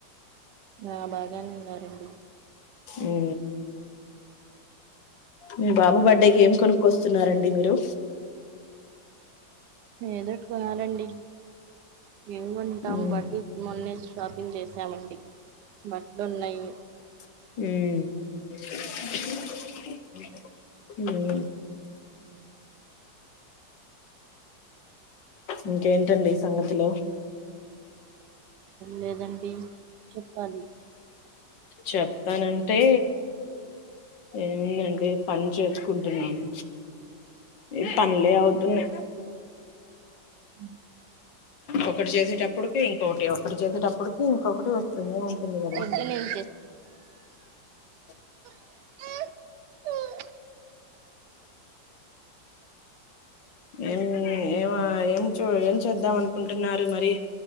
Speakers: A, on the right (about 70°); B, on the left (about 80°).
A: ఆ బాగానే ఉన్నారండి
B: ఉ మీ బాబా బర్డే గ ఏం కొనుక్కొస్తా వస్తున్నారండి మీరు
A: ఎదుట్కున్నాలండి ఏను కొంటాం
B: ఉమ్
A: బట్టలు మొన్న షాపింగ్ చేసామండి బట్టలు ఉన్నాయి
B: ఉ ఇంకేంటండి ఈ సంగతిలో
A: లేేదనా ప చెప్పాలి
B: చెప్తానంటే ఏముందండి పని చేసుకుంటున్నాము ఏ పనిలే అవుతున్నా
A: అ
B: ఒకటి చేసేటప్పుడుకి ఇంకొటి ఒటి చేసేటప్పుడుకి ఇంకొకటి వస్తుంది ఉంటుంది కదా
A: పొద్దున ఏం
B: ఆ
A: ఆ
B: ఏం ఏ ఏం ఏం చేద్దాం అనుకుంటున్నారు మరి